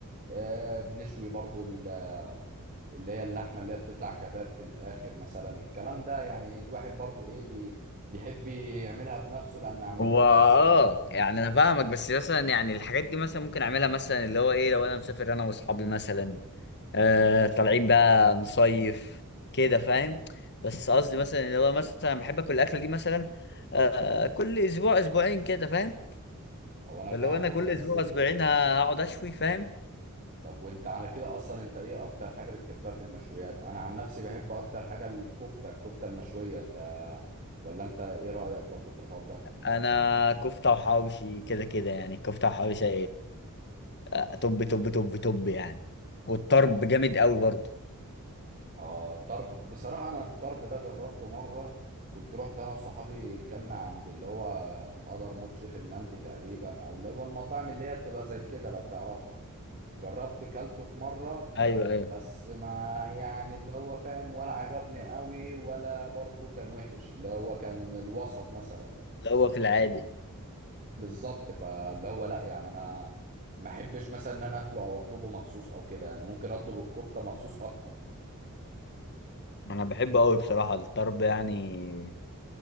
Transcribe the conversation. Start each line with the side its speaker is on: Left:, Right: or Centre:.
Right: آه، بنشوي برضو ال- آه، اللي هي اللحمة اللي هي بتطلع كباب في الاخر مثلا الكلام ده يعني الواحد برضو ايه بي- بيحب يعملها بنفسه لان عملتها
Left: هو
Right: كذا
Left: اه
Right: مرة
Left: يعني انا فاهمك بس مثلا يعني الحاجات دي مثلا ممكن اعملها مثلا اللي هو ايه لو انا مسافر انا واصحابي مثلا آه طالعين بقى نصيف كده فاهم بس قصدي مثلا اللي هو مثلا بحب اكل الاكله دي مثلا آه كل اسبوع اسبوعين كده فاهم
Right: هو انا
Left: فاللي
Right: فاهمك
Left: هو انا كل
Right: بس
Left: اسبوع اسبوعين هقعد اشوي فاهم
Right: طب وانت على كده اصلا انت ايه اكتر حاجة بتحبها في المشويات انا عن نفسي بحب اكتر حاجة الكفتة الكفتة المشوية انت ولا انت ايه رأيك برضو في الحوار ده
Left: انا كفته وحواوشي كده كده يعني الكفته وحواوشي آه، توب توب توب توب يعني والطرب جامد قوي برضه
Right: اه الطرب بصراحة انا الطرب ده جربته مرة كنت رحت انا وصحابي كلنا عند اللي هو حضرموت شيخ المندي تقريبا او اللي هو المطاعم اللي هي بتبقى زي كده لو تعرفها جربت كلته في مرة
Left: ايوه ايوه
Right: بس ما يعني اللي هو فاهم ولا عجبني قوي ولا برضو كان وحش اللي هو كان الوسط مثلا
Left: اللي هو في
Right: فاهم
Left: العادي
Right: قصدي بالظبط فاللي هو لا يعني انا ما احبش مثلا ان انا اكله او اطلبه مخصوص او كده يعني ممكن اطلب الكفته مخصوص اكتر
Left: انا بحبه قوي بصراحه الطرب يعني